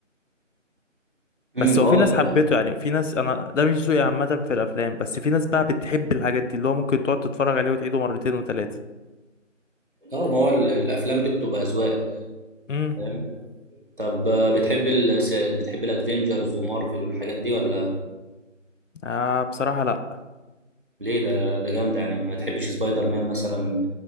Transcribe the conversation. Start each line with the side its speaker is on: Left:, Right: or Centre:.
Right: <laughs> امم
Left: بس هو
Right: هو
Left: في ناس حبته
Right: ال-
Left: يعني في ناس انا ده مش ذوقي عامه في الافلام بس في ناس بقى بتحب الحاجات دي اللي هو ممكن تقعد تتفرج عليه وتعيده مرتين وثلاثه
Right: اه ما هو ال- الافلام دي بتبقى اذواق
Left: امم
Right: فاهم طب آه، بتحب ال... س- بتحب الادفنجرز ومارفل والحاجات دي ولا
Left: آه بصراحه لا
Right: ليه ده ده جامد يعني ما تحبش سبايدر مان مثلا